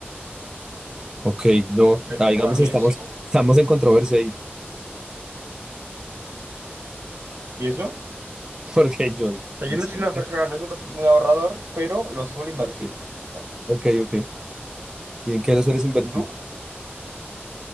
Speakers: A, on the right; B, on the right.
A: Ok, no,
B: Pues
A: ah, digamos,
B: para mí
A: estamos,
B: es-
A: estamos en controversia ahí,
B: ¿Y eso?
A: <laughs> porque yo,
B: O
A: decíate,
B: sea, yo no soy una persona, no soy un perfil muy ahorrador, pero lo suelo invertir.
A: ok,
B: Vamos.
A: ok, ok, ¿y en qué lo sueles invertir?
B: ¿Y tú?